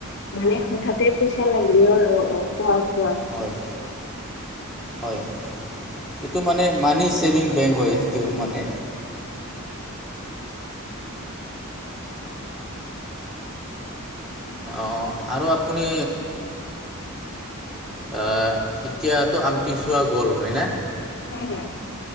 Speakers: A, on the left; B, in the centre.
A: মানে হঠাতে পইচা লাগিলে আৰু অ পৰ
B: হয় হয় এইটো মানে মানি ছেভিং বেংক হয় সেইটো মানে অঁ আৰু আপুনি আ এতিয়াতো আমটি চোৱা গল হয়নে?
A: হয় হয়